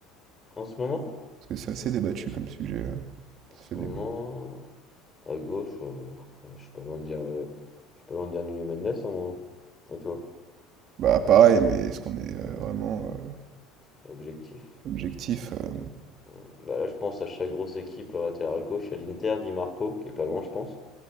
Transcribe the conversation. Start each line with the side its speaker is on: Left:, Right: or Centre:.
Left: En ce moment?
Right: Parce que c'est assez débattu comme sujet. euh,
Left: En
Right: Ça
Left: ce
Right: fait débat.
Left: moment. À gauche, euh, ouais, je suis pas loin de dire. euh, je suis pas loin de dire Nuno Mendes, hein, moi. hein. Et toi?
Right: Bah pareil, mais est-ce qu'on est euh, vraiment euh,
Left: Objectif.
Right: objectif? euh,
Left: Hum, Bah là, je pense à chaque grosse équipe, le latéral gauche, il y a l'Inter, Di Marco, qui est pas loin, je pense.